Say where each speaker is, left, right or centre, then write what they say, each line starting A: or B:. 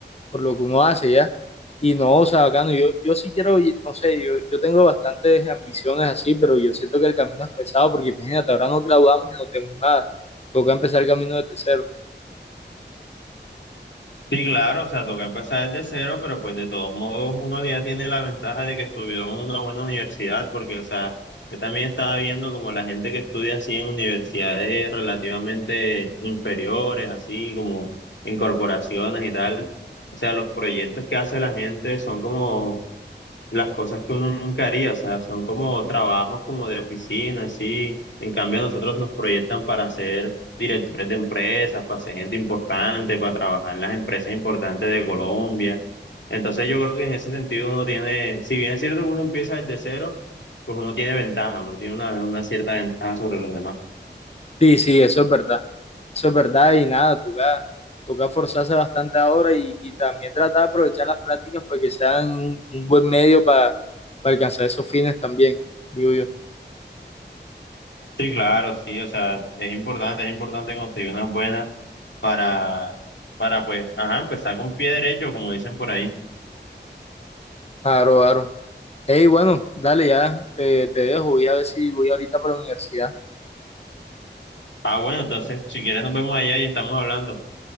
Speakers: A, on the left; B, on the left.
A: por lo que uno hace ya. Y no, o sea, bacano, yo, yo sí quiero, no sé, yo, yo tengo bastantes ambiciones así, pero yo siento que el camino es pesado porque imagínate, ahora nos graduamos y no tenemos nada. Toca empezar el camino desde cero.
B: Sí, claro, o sea, toca empezar desde cero, pero pues de todos modos uno ya tiene la ventaja de que estudió en una buena universidad, porque, o sea, yo también estaba viendo como la gente que estudia así en universidades relativamente inferiores, así como en corporaciones y tal, o sea, los proyectos que hace la gente son como las cosas que uno nunca haría, o sea, son como trabajos como de oficina, así. En cambio, a nosotros nos proyectan para ser directores de empresas, para ser gente importante, para trabajar en las empresas importantes de Colombia. Entonces, yo creo que en ese sentido uno tiene, si bien es cierto que uno empieza desde cero, pues uno tiene ventaja, uno tiene una, una cierta ventaja sobre los demás.
A: Sí, sí, eso es verdad. Eso es verdad y nada, toca, toca forzarse bastante ahora y, y también tratar de aprovechar las prácticas para que sean un, un buen medio para, para alcanzar esos fines también, digo yo.
B: Sí, claro, sí, o sea, es importante, es importante conseguir unas buenas para, para pues, ajá, empezar con pie derecho, como dicen por ahí.
A: Claro, claro. Hey, bueno, dale ya, te, te dejo, voy a ver si voy ahorita para la universidad.
B: Ah, bueno, entonces si quieres nos vemos allá y estamos hablando.